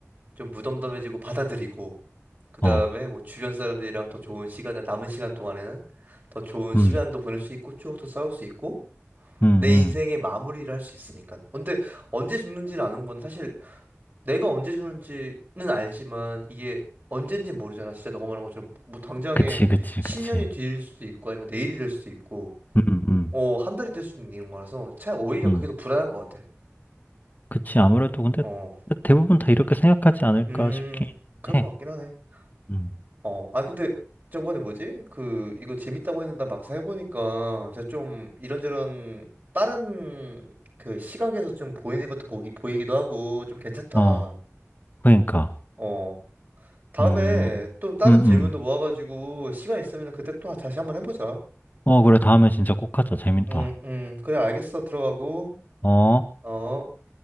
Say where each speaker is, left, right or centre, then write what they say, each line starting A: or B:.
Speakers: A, on the right; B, on the left.
A: 좀 무덤덤해지고 받아들이고 그 다음에
B: 어,
A: 뭐 주변 사람들이랑 더 좋은 시간을 남은 시간 동안에는 더 좋은
B: 음,
A: 시간도 보낼 수 있고 추억도 쌓을 수 있고
B: 음,
A: 내 인생의
B: 음.
A: 마무리를 할 수 있으니까. 근데 언제 죽는지를 아는 건 사실 내가 언제 죽는지는 알지만 이게 언젠지 모르잖아. 진짜 너가 말한 것처럼 뭐 당장에
B: 그치, 그치,
A: 10년이
B: 그치.
A: 뒤일 수도 있고 아니면 내일이 될 수도 있고
B: 음, 음,
A: 어, 한 달이 될 수도 있는 거라서 차라리 오히려
B: 음.
A: 그게 더 불안할 것 같아.
B: 그치, 아무래도 근데
A: 어.
B: 대부분 다 이렇게 생각하지 않을까
A: 음,
B: 싶긴
A: 그럴
B: 해.
A: 것 같긴 하네.
B: 음,
A: 어, 아 근데 저번에 뭐지? 그 이거 재밌다고 했는데 막상 해보니까 제가 좀 이런저런 다른 그 시각에서 좀 보이는 것도 보기 보이기도 하고 좀 괜찮다.
B: 어, 그러니까.
A: 어, 다음에
B: 음,
A: 좀 다른
B: 음, 음.
A: 질문도 모아가지고 시간 있으면 그때 또 다시 한번 해보자.
B: 어, 그래, 다음에 진짜 꼭 하자. 재밌다.
A: 음, 음, 그래 알겠어 들어가고
B: 어.
A: 어.